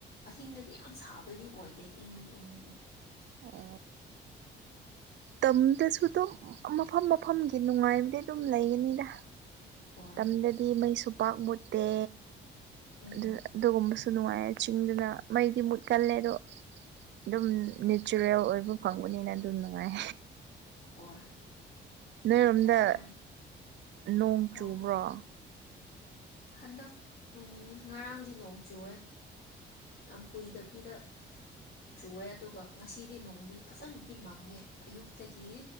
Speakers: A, on the left; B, on the right.
A: ꯑꯍꯤꯡꯗꯗꯤ ꯌꯥꯝ ꯁꯥꯕꯗꯤ ꯑꯣꯏꯗꯦ ꯏꯪꯒꯤ ꯏꯉ ꯑꯃꯨꯛ
B: ꯑ ꯇꯝꯗꯁꯨ ꯑꯗꯨꯝ ꯃꯐꯝ ꯃꯐꯝꯒꯤ ꯅꯨꯡꯉꯥꯏꯕꯗꯤ ꯑꯗꯨꯝ ꯂꯩꯒꯅꯤꯗ
A: ꯍꯣꯏ
B: ꯇꯝꯗꯗꯤ ꯃꯩꯁꯨ ꯄꯥꯛ ꯃꯨꯠꯇꯦ
A: ꯎꯝ
B: ꯑꯗꯨꯒꯕ ꯅꯨꯡꯉꯥꯏꯌꯦ ꯆꯤꯡꯗꯨꯅ ꯃꯩꯗꯤ ꯃꯨꯠꯀꯜꯂꯦ ꯑꯗꯣ ꯑꯗꯨꯝ ꯅꯦꯆꯔꯦꯜ ꯑꯣꯏꯕ ꯐꯪꯕꯅꯤꯅ ꯑꯗꯨꯝ ꯅꯨꯡꯉꯥꯏ
A: ꯍꯣꯏ
B: ꯅꯔꯝꯗ
A: ꯆꯥꯛꯇꯤ ꯌꯥꯝ
B: ꯅꯣꯡ
A: ꯑꯧ
B: ꯆꯨꯕ꯭ꯔꯥ
A: ꯍꯟꯗꯛ ꯉꯔꯥꯡꯗꯤ ꯅꯣꯡ ꯆꯨꯑꯦ ꯌꯥꯝ ꯀꯨꯏꯗꯕꯤꯗ ꯆꯨꯑꯦ ꯑꯗꯨꯒ ꯉꯁꯤꯗꯤ ꯅꯣꯡꯗꯤ ꯐꯖꯅꯗꯤ ꯃꯪꯉꯦ ꯑꯌꯨꯛꯇꯒꯤ